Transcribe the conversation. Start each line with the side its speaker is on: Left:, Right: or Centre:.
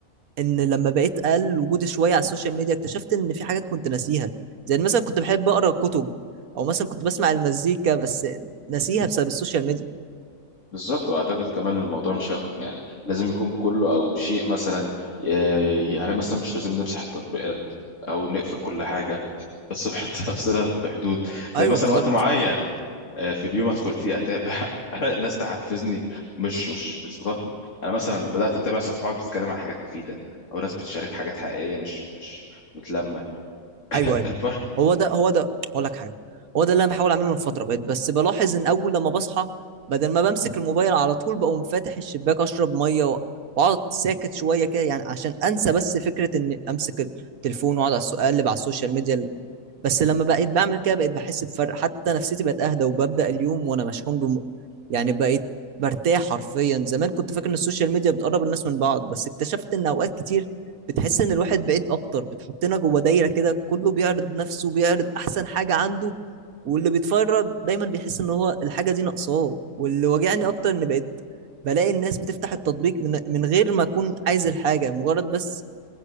Right: ان لما بقيت اقل وجودي شويه على السوشيال ميديا اكتشفت ان في حاجات كنت ناسيها زي إن مثلا كنت بحب اقرا كتب او مثلا كنت بسمع المزيكا بس ناسيها بسبب السوشيال ميديا
Left: بالظبط واعتقد كمان الموضوع مش هيخرم يعني لازم يكون كله او شيء مثلا آه، يعني مثلا مش لازم نمسح التطبيقات او نقفل كل حاجه بس نحط <laughs> نفسنا في حدود زي
Right: ايوه
Left: مثلا
Right: بالظبط
Left: وقت معين آه، في اليوم ادخل فيه اتابع <laughs> ناس تحفزني مش مش بتضغطني انا مثلا بدات اتابع صفحات بتتكلم عن حاجات مفيده او ناس بتشارك حاجات حقيقيه مش مش متلمه
Right: ايوه
Left: <laughs>
Right: ايوه
Left: الفرق
Right: هو ده هو ده هقول لك حاجه هو ده اللي انا بحاول اعمله من فتره بقيت بس بلاحظ ان اول لما بصحى بدل ما بمسك الموبايل على طول بقوم فاتح الشباك اشرب ميه و- واقعد ساكت شويه كده يعني عشان انسى بس فكره اني امسك التليفون واقعد على السو- اقلب على السوشيال ميديا بس لما بقيت بعمل كده بقيت بحس بفرق حتى نفسيتي بقت اهدى وببدا اليوم وانا مشحون بم... يعني بقيت برتاح حرفيا زمان كنت فاكر ان السوشيال ميديا بتقرب الناس من بعض بس اكتشفت ان اوقات كتير بتحس ان الواحد بعيد اكتر بتحطنا جوه دايره كده كله بيعرض نفسه بيعرض احسن حاجه عنده واللي بيتفرج دايما بيحس ان هو الحاجه دي ناقصاه واللي واجعني اكتر ان بقيت بلاقي الناس بتفتح التطبيق من من غير ما اكون عايز الحاجه مجرد بس